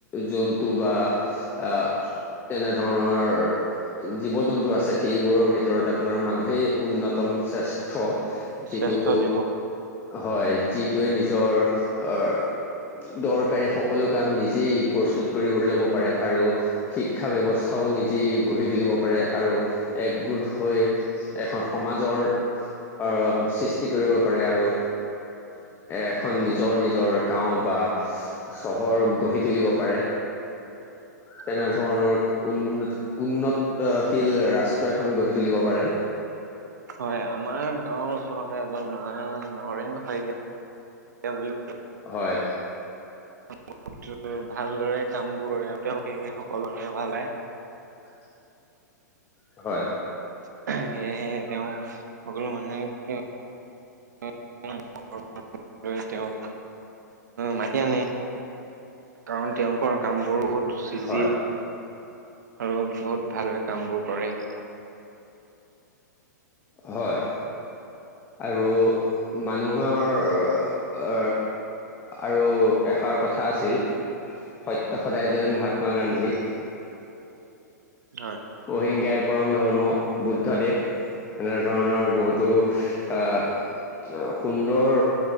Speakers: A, on the left (about 20°); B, on the right (about 70°).
A: জন্তু বা আ তেনে ধৰণৰ জীৱ-জন্তু আছে, সেইবোৰৰ ভিতৰত আপোনাৰ মানুহেই উন্নতম শ্ৰেষ্ঠ। যিটো,
B: শ্ৰেষ্ঠ জীৱ
A: হয়। যিটোৱে নিজৰ অ' দৰকাৰী সকলো কাম নিজেই প্ৰস্তুত কৰিব ল'ব পাৰে, আৰু শিক্ষা ব্যৱস্থা থাও নিজেই গঢ়ি তুলিব পাৰে। আৰু একগোট হৈ এখন সমাজৰ আ সৃষ্টি কৰিব পাৰে আৰু এখন নিজৰ নিজৰ গাঁও বা চহৰ গঢ়ি তুলিব পাৰে। তেনে
B: হয়
A: ধৰণৰ উন্ন-উন্নতশীল ৰাষ্ট্ৰ এখন গঢ়ি তুলিব পাৰে।
B: হয়, আমাৰ গাঁওৰ ওচৰতে এজন নৰা-নৰেন শইকীয়া বুলি
A: হয়।
B: <unintelligible> ভালদৰে কামবোৰ তেওঁ সকলো <unintelligible>
A: <inaudible> হয়।
B: সেয়েহে তেওঁক সকলো মানুহে <unintelligible> তেওঁক মাতি আনে কাৰণ তেওঁলোকৰ কামবোৰ বহুত চিজিল।
A: হয়,
B: আৰু বহুত ভালেৰে কামবোৰ কৰে।
A: হয়। আৰু মানুহৰ আৰু এষাৰ কথা আছিল, সত্য সদায় জয়- মহাত্মা গান্ধী
B: হয়
A: অহিংসাই পৰম ধৰ্ম- বুদ্ধদেৱ। এনে ধৰণৰ বহুতো
B: হয়
A: আ সুন্দৰ